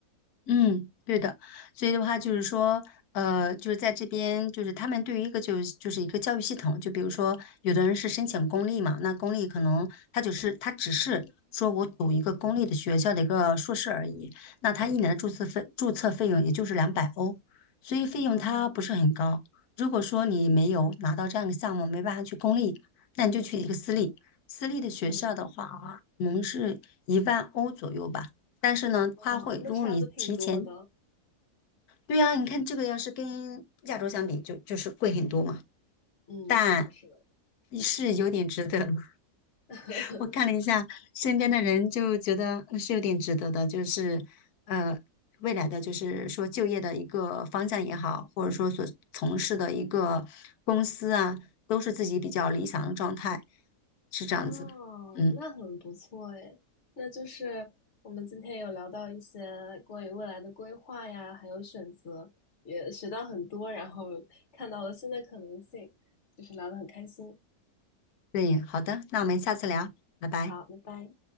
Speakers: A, on the left; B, on the left.
A: 嗯，对的，所以的话就是说，呃，就是在这边，就是他们对于一个就是就是一个教育系统，就比如说，有的人是申请公立嘛，那公立可能他就是他只是说我读一个公立的学校的一个硕士而已，那他一年的注册费注册费用也就是两百欧，所以费用它不是很高。
B: 哦，
A: 如果说你没有拿到这样一个项目，没办法去公立，那你就去一个私立，私立的学校的话啊，
B: 嗯，
A: 可能是一万欧左右吧。但是呢，
B: 哦，
A: 它会如果你提前，
B: 那差的挺多的。
A: 对呀、你看这个要是跟亚洲相比就，就是贵很多嘛，
B: 嗯，
A: 但
B: 是的，是的。
A: 是有点值得。
B: <laughs>
A: <laughs> 我看了一下身边的人，就觉得嗯是有点值得的，就是呃，未来的就是说就业的一个方向也好，或者说所从事的一个公司啊，都是自己比较理想的状态，是这样子。
B: 哦，
A: 嗯，
B: 那很不错诶。那就是我们今天有聊到一些关于未来的规划呀，还有选择，也学到很多，然后看到了新的可能性，就是聊得很开心。
A: 对，好的，那我们下次聊，拜拜。
B: 好，拜拜。